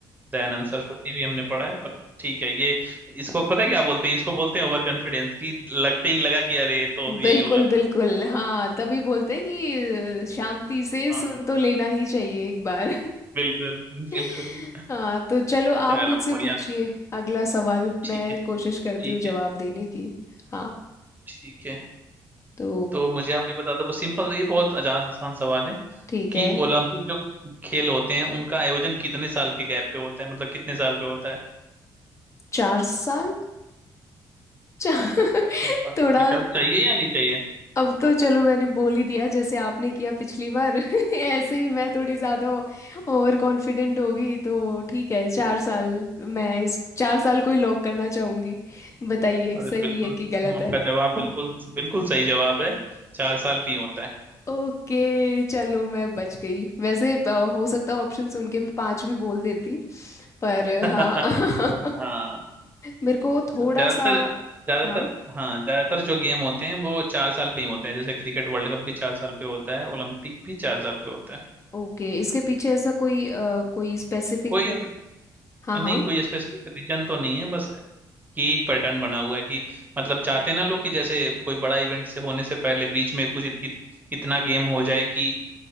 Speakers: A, on the right (about 20°); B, on the left (about 35°).
A: दयानंद सरस्वती भी हमने पढ़ा है पर ठीक है ये इसको पता है क्या बोलते हैं इसको बोलते हैं ओवर कॉन्फिडेंस की लगते ही लगा कि अरे ये तो यही
B: बिल्कुल
A: होगा
B: बिल्कुल हाँ तभी बोलते हैं कि अ, शांति से
A: हाँ
B: सुन तो लेना ही चाहिए एक बार
A: बिल्कुल
B: <laughs>
A: बिल्कुल
B: हाँ तो चलो आप
A: चलो
B: मुझसे
A: बढ़िया
B: पूछिए अगला सवाल
A: ठीक
B: मैं
A: है
B: कोशिश करती
A: ठीक
B: हूँ जवाब
A: है
B: देने की हाँ
A: ठीक है
B: तो
A: तो मुझे आप ये बता दो बस सिंपल ये बहुत आसान आसान सवाल है
B: ठीक
A: कि
B: है
A: ओलंपिक जो खेल होते हैं उनका आयोजन कितने साल के गैप पे होता है मतलब कितने साल पे होता है
B: चार साल चार <laughs>
A: एक बार
B: थोड़ा
A: विकल्प चाहिए या नहीं चाहिए
B: अब तो चलो मैंने बोल ही दिया जैसे आपने किया पिछली बार <laughs> ऐसे ही मैं थोड़ी ज़्यादा ओवर कॉन्फिडेंट हो गई तो ठीक है चार
A: हम्म।
B: साल मैं इस चार साल को ही लॉक करना चाहूँगी बताइए
A: अरे
B: सही
A: बिल्कुल
B: है कि गलत
A: आपका
B: है
A: जवाब बिल्कुल बिल्कुल सही जवाब है चार साल पे ही होता है
B: ओके चलो मैं बच गई वैसे अ, हो सकता है ऑप्शन सुन के मैं पाँच भी बोल देती पर
A: <laughs>
B: हाँ <laughs>
A: हाँ
B: मेरे को थोड़ा
A: तो ज्यादातर
B: सा
A: ज्यादातर
B: हाँ
A: हाँ ज्यादातर जो गेम होते हैं वो चार साल पे ही होते हैं जैसे क्रिकेट वर्ल्ड कप भी चार साल पे होता है ओलंपिक भी चार साल पे होता है
B: ओके इसके पीछे ऐसा कोई अ, कोई स्पेसिफिक
A: कोई
B: हाँ
A: नहीं
B: हाँ
A: कोई स्पेसिफिक रीजन तो नहीं है बस कि एक पैटर्न बना हुआ है कि मतलब चाहते हैं ना लोग कि जैसे कोई बड़ा इवेंट से होने से पहले बीच में कुछ इत, इत, इतना गेम हो जाए कि